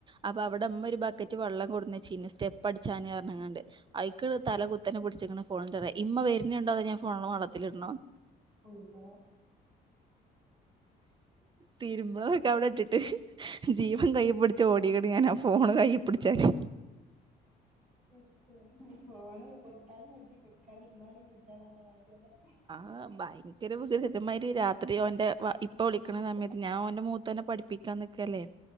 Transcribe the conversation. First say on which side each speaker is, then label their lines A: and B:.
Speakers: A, on the right; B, on the right.
A: അപ്പ അവടെമ്മ ഒരു ബക്ക റ്റ് വള്ളം കൊട്ന്നെച്ചീന് സ്റ്റെപ്പ് അടിച്ചാന് റഞ്ഞുങ്ങാണ്ട് അയിക്ക് തല കുത്തനെ പിടിച്ചക്കണ് ഫോൺന്റെതെ ഇമ്മ വെ വെര്ന്നുണ്ടോ അതൊ ഞാൻ ഫോണ് വെള്ളത്തിലിടണോ?
B: അള്ളാ
A: തിര്മ്പാതൊക്കവ്ടെ ഇട്ട്ട്ട് ജീവൻ
B: മണ്ടീട്ട്ണ്ടാവുലേ
A: കയ്യ് പുട്ച്ച് ഓടീക്ക്ണ് ഞാനാ ഫോണ് കയ്യ് പുട്ച്ചാന്
B: തീർച്ചായും ഫോണ് കൊടുത്താലും വെജജ കൊട്ക്കാതിര്ന്നാലും വെജ്ജാന്നർഞ്ഞമാര്യാല്ലേ
A: ആ <unintelligible> രാത്രി ഓന്റെ വാ ഇപ്പ വിളി ക്ക്ണ സമയത്ത് ഞാൻ ഓന്റെ മുത്തേനെ പഠിപ്പിക്കാൻ നിക്കല്ലേ